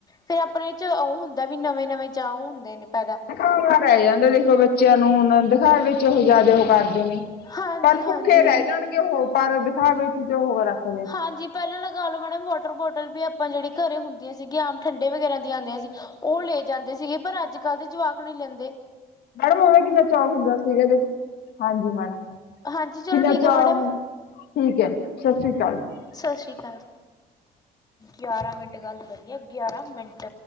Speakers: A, on the left; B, on the left.
A: ਫੇਰ ਆਪਣੇ 'ਚ ਓ ਹੁੰਦਾ ਵੀ ਨਵੇਂ-ਨਵੇਂ ਚਾਅ ਹੁੰਦੇ ਨੇ ਪੈਦਾ।
B: ਦੇਖਾਵੇਆ ਚ ਲਿਆਈ ਜਾਂਦੇ ਦੇਖੋ ਬੱਚੇਆਂ ਨੂੰ ਹੁਣ ਓ ਦਿਖਾਵੇ ਵਿੱਚ ਓ ਜ਼ਾਦਾ ਓ ਕਰਦੇ ਨੇ
A: ਹਾਂਜੀ
B: ਪਰ
A: ਹਾਂਜੀ
B: ਭੁੱਖੇ ਰੈ ਜਾਣਗੇ ਉਹ, ਪਰ ਦਿਖਾਵੇ ਚ ਜੋ ਹੋ ਰੱਖ
A: ਹਾਂਜੀ ਪੇਲਾਂ ਲਗਾ ਲਓ, ਮੈਡਮ ਵਾਟਰ ਬੋਟਲ ਵੀ ਆਪਾਂ ਜੇੜੀ ਘਰੇ ਹੁੰਦੀ ਸੀਗੀ ਆਮ ਠੰਡੇ ਵਗੈਰਾ ਦੀਆਂ ਆਂਦੀਆਂ ਸੀ, ਉਹ ਲੈ ਜਾਂਦੇ ਸੀਗੇ, ਪਰ ਅੱਜ ਕੱਲ੍ਹ ਦੇ ਜਵਾਕ ਨਈ ਲੇਂਦੇ।
B: ਮੈਡਮ ਓਦਾ ਕਿੰਨਾ ਚਾਅ ਹੁੰਦਾ ਸੀਗਾ ਦੇਖੋ, ਹਾਂਜੀ ਮੈਡਮ,
A: ਹਾਂਜੀ ਚਲੋ
B: ਕਿੰਨਾ
A: ਠੀਕ
B: ਚਾਅ
A: ਹੈ ਮੈਡਮ
B: ਹੁੰਦਾ ਠੀਕ ਐ ਜੀ ਸਸਰੀ ਅਕਾਲ ਜੀ।
A: ਸਸਰੀ ਅਕਾਲ, ਗਿਆਰਾਂ ਮਿੰਟ ਗੱਲ ਕਰੀਏ ਗਿਆਰਾਂ ਮਿੰਟ।